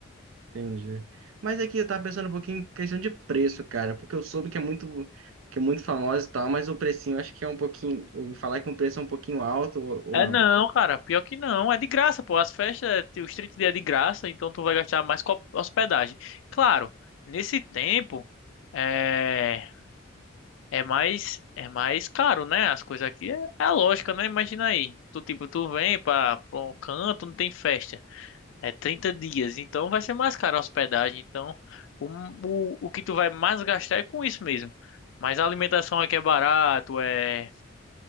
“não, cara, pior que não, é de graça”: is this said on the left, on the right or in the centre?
Left